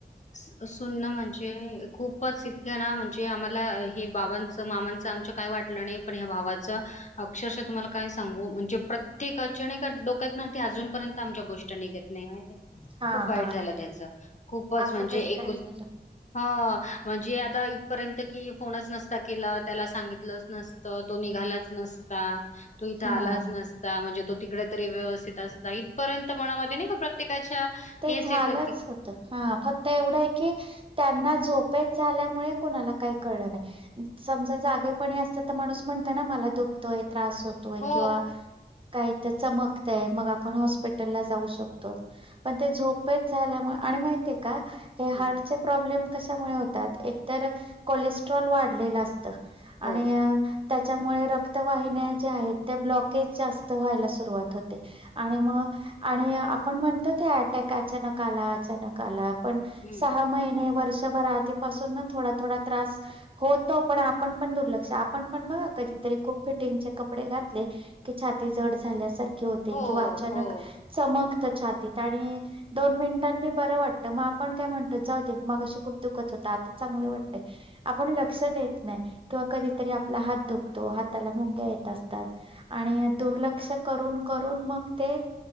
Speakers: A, on the left; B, on the right.
A: सुन्न म्हणजे खूपच इतक्या ना म्हणजे आम्हा हे बाबांच मामांचं आमच्या काय वाटलं नाही. पण या भावाच अक्षरश तुम्हाला काय सांगू म्हणजे प्रत्येक अडचणी का डोक्यात ना ते अजूनपर्यंत आमच्या गोष्ट निघेत नाही माहितीय.
B: हा
A: खूप वाईट
B: हा
A: झालं त्याच खूप खूपच
B: असं
A: म्हणजे
B: कसं
A: एकुल
B: काय झालं?
A: <unintelligible> म्हणजे आता पर्यंत कि फोनच नसता, केला त्याला सांगितलंच नसतं, तो निघालाच नसता तो इथं
B: हा.
A: आलाच नसता म्हणजे तो तिकडे तरी व्यवस्थित असता इथपर्यंत मनामध्ये नाही का प्रत्येकाच्या
B: ते
A: हेच
B: झालंच
A: येतं की
B: होत हं फक्त एवढं आहे की त्यांना झोपेत झाल्यामुळे कोणाला काही कळलं नाह समजा जागेपणी असत तर माणूस म्हणत ना मला दुखतोय त्रास होतोय
A: हो.
B: किंवा काही? त्या चमकतय, मग आपण हॉस्पिटलला जाऊ शकतो. पण ते झोपेत झाल्यामुळे आणि माहितय का हे
A: हां,
B: हार्टचे प्रॉब्लेम कशामुळे होतात एक तर कोलेस्ट्रॉल वाढलेलं असतं.
A: हो.
B: आणि त्याच्यामुळे रक्तवाहिन्या ज्या आहेत त्या ब्लॉकेज जास्त व्हायला सुरुवात होते आणि मग आणि आपण म्हणतो अटॅक अचानक आला अचानक आला पण
A: हं.
B: सहा महिने वर्ष वर्षभर आधीपासूनच थोडा थोडा त्रास होतो, पण आपण पण दुर्लक्ष, आपण पण बघा कधीतरी खूप फिटिंग चे कपडे घातले की छाती जड झाल्यासारखी
A: हो,
B: किंवा अचानक
A: हो.
B: चमकतय छातीत आणि दोन मिनिटांनी बरं वाटत. मग आपण काय म्हणतो जाऊ दे मगशी खूप दुखत होत आता चांगलं वाटत, आपण लक्ष देत नाही किंवा कधीतरी आपला हात दुखतो हाताला मुंग्या येत असतात आणि दुर्लक्ष करून करून मग ते